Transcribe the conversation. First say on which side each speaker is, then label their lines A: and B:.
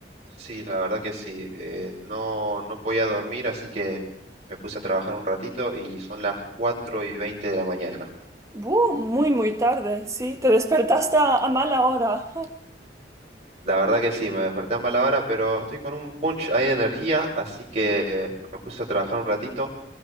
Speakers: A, on the right; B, on the right.
A: Sí, la verdad que sí. Eh, no, no podía dormir, así que me puse a trabajar un ratito y son las 4 y 20 de la mañana.
B: Buh, muy, muy tarde, sí. Te despertaste a, a mala hora.
A: La verdad que sí, me desperté a mala hora, pero estoy con un punch ahí de energía, así que me puse a trabajar un ratito